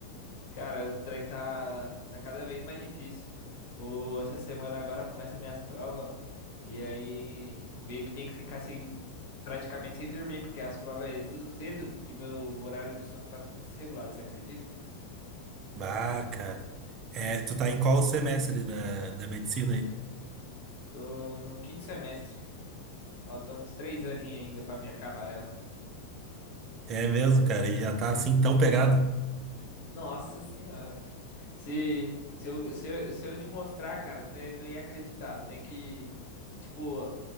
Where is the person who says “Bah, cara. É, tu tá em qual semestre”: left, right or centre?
Right